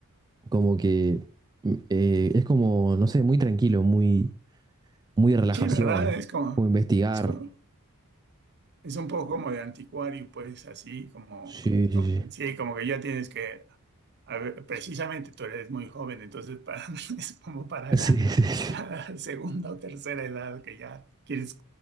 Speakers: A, on the right; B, on the right.
A: como que mm, eh, es como, no sé, muy tranquilo, muy, muy de relajación,
B: Sí, ¿verdad? Es como,
A: como investigar.
B: es como Es un poco como de anticuario, pues así como,
A: Sí,
B: como- sí, como que ya tienes que, a ver, precisamente tú eres muy joven, entonces para, <laughs> es como para
A: sí,
B: la,
A: sí. <laughs> Sí, sí, sí.
B: la segunda o tercera edad que ya quieres